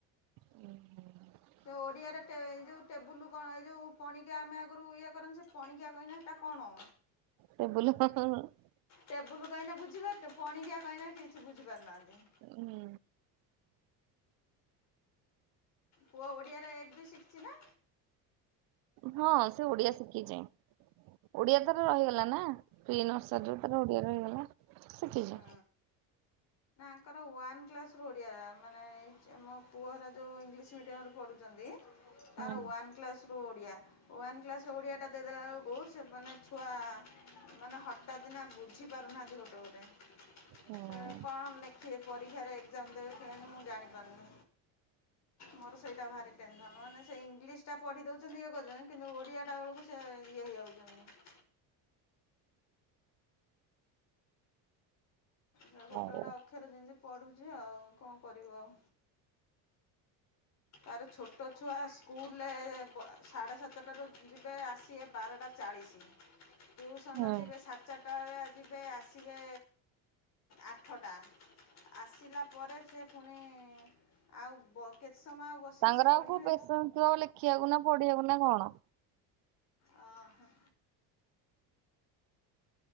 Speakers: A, on the right; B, on the left.
A: ହୁଁ ହ <inaudible>
B: ସେ ଓଡିଆରେ ଟେ ଯୋଉ ଟେବୁଲ କ ଏ ଯୋଉ ପଣିକି ଆମେ ଆଗରୁ ଇଏ କରନୁ ସେ ପଣିକିଆ କହିନେ ହେଟା କଣ?
A: ସେ ବୁଲପ <unintelligible>
B: ଟେବୁଲ କହିଁନେ ବୁଝିପାରେ ପଣଣିିକିଆ କହିଁନେ କିଛି ବୁଝି ପାରୁନାହାନ୍ତି।
A: ହୁଁ।
B: ପୁଅ ଓଡିଆରେ ଏକ ଦୁଇ ଶିଖିଛି ନା?
A: ହଁ ସେ ଓଡିଆ ଶିଖିଛି ଓଡିଆ ତାର ରହିଗଲା ନା ତିନି ବର୍ଷ ଯୋଉ ତର ଓଡିଆ ରହିଗଲା। ଶିଖିଛି।
B: ହୁ ନାଆଙ୍କର ୱାନ୍ କ୍ଲାସ ରୁ ଓଡ଼ିଆ ମାନେ ମୋ ପୁଅରା ଯେଉଁ ଇଂଲିଶ ମିଡ଼ିୟମରେ ପଢ଼ୁଛନ୍ତି। ତାର
A: ହୁଁ।
B: ୱନ୍ କ୍ଲାସ ରୁ ଓଡ଼ିଆ ୱାନ୍ କ୍ଲାସ ରେ ଓଡ଼ିଆଟା ଦେଇଦେଲା ବେଳକୁ ସେ ମାନେ ଛୁଆ ମାନେ ହଠାତ୍ନା ବୁଝି ପାରୁନାହାନ୍ତି ଗୋଟେ ଗୋଟେ
A: ହଁ।
B: କଣ ଲେଖିବ ପରୀକ୍ଷାରେ ମୁ ଜାଣିପାରୁନି ମୋର ସେଇଟା ଭାରି ଟସ ମାନେ ଇଂ <unintelligible> ସେଟା ପଢି ଦଉଛନ୍ତି ଇଏ କରୁଛନ୍ତି କିନ୍ତୁ ଓଡ଼ିଆଟା ବେଳକୁ ସେ ଇଏ ହେଇଯାଉଛନ୍ତି। ଗୋଟେ ଗୋଟେ
A: ହଉ
B: ଅକ୍ଷରେ ଯେମିତି ପଢ଼ୁଛି ଆଉ କଣ କରିବୁ ଆଉ। ତାର ଛୋଟ ଛୁଆ ସ୍କୁଲରେ ସାଢ଼େ ସାତଟାରୁ ଯିବେ ଆସିବେ ବାରଟା ଚାଳିଶ। ଟ୍ୟୁସନ
A: ହୁଁ
B: ଯିବେ ସାତ ଚାରିଟା ବେଆ ଯିବେ ଆସିବେ ଆଠଟା ଆସିଲା ପରେ ସେ ପୁଣି ଆଉ କେତେ ସମୟ ବସିକି
A: ତାଙ୍କର
B: ସେ ପଢିବେ
A: ଆଉ କୋଉ ପେସେନ୍ସ ଥିବ ଲେଖିବାକୁ ନା ପଢିବାକୁ ନା କଣ।
B: ଓ ହ।